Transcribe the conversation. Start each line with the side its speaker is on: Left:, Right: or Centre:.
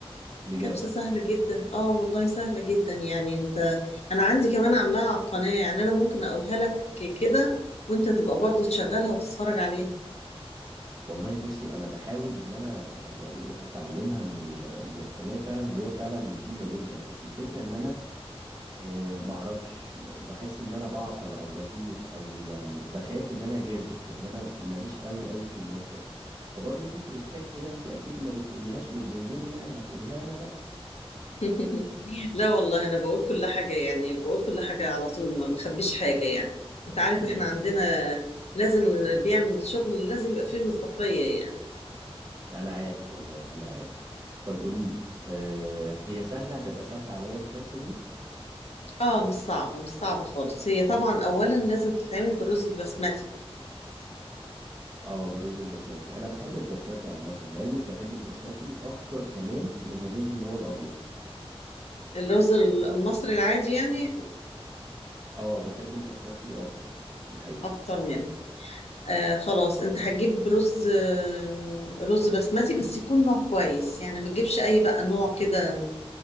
Right: بجد
Left: كبسه سهله جدا اه والله سهله جدا يعني انت انا عندي كمان عاملاها على القناه يعني انا ممكن اقولها لك كده وانت تبقى برضو تشغلها وتتفرج عليها
Right: والله بصي أنا بحاول إن أنا يعني أتعلمها من ال... من القناة فعلا وهي فعلا مفيدة جدا بس الفكرة إن أنا آه، معرفش ب- بحس إن أنا بعطل أو بتوه أو يعني بخاف إن أنا جازف لأن أنا ماليش قوي قوي في المطبخ فبرضه في تريكات كده أنت أكيد ما بتقوليهاش للجمهور يعني هتقوليها لي أنا بقى
Left: <laughs> لا والله انا بقول كل حاجه يعني بقول كل حاجه على طول ما بخبيش حاجه يعني انت عارف
Right: <laughs>
Left: احنا عندنا لازم اللي بيعمل شغل لازم يبقى فيه مصداقيه يعني
Right: أنا عارف والله أنا عارف طب قوليلي آه، هي سهلة هتبقى سهلة عليا الكبسة دي
Left: اه مش صعبه مش صعبه خالص هي طبعا اولا لازم تتعمل بالرز البسمتي
Right: اه بالرز البسمتي انا بحب البسمتي عامه لعلمك بحب البسمتي اكتر كمان من الرز اللي هو الابيض
Left: الرز المصري العادي يعني
Right: اه بحب البسمتي اكتر دي حقيقه
Left: اكتر منه آه خلاص انت هتجيب رز آه رز بسمتي بس يكون نوع كويس يعني ما تجيبش اي بقى نوع كده